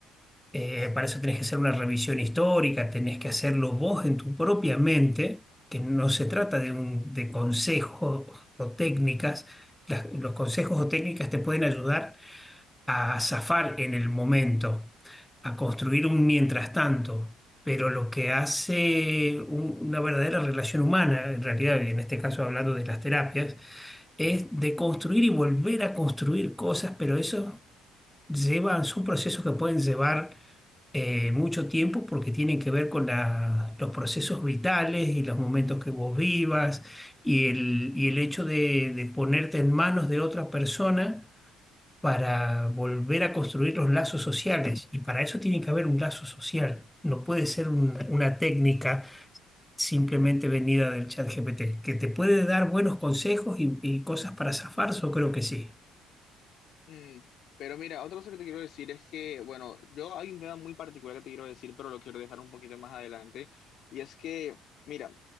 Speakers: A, in the centre; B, on the left.
A: eh, para eso tenés que hacer una revisión histórica, tenés que hacerlo vos en tu propia mente, que no se trata de, un, de consejos o técnicas. Las- los consejos o técnicas te pueden ayudar a zafar en el momento, a construir un mientras tanto. Pero lo que hace un- una verdadera relación humana, en realidad, y en este caso hablando de las terapias, es de construir y volver a construir cosas, pero eso llevan, son procesos que pueden llevar eh, mucho tiempo porque tienen que ver con la- los procesos vitales y los momentos que vos vivas y el, y el hecho de, de ponerte en manos de otra persona para volver a construir los lazos sociales. Y para eso tiene que haber un lazo social. No puede ser un- una técnica simplemente venida del chat GPT, que te puede dar buenos consejos y, y cosas para zafar, yo creo que sí.
B: Mm, Pero mira, otra cosa que te quiero decir es que, bueno, yo hay un tema muy particular que te quiero decir, pero lo quiero dejar un poquito más adelante. Y es que, mira,